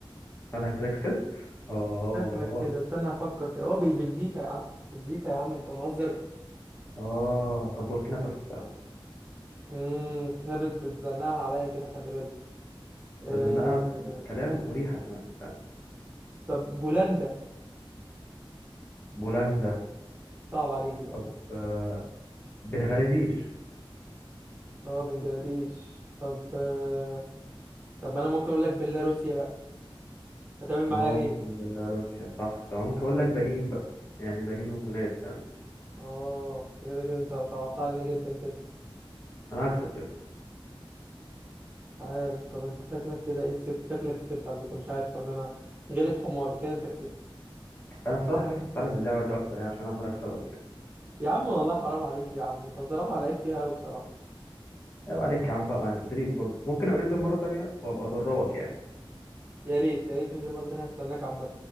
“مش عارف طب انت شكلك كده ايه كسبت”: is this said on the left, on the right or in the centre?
Right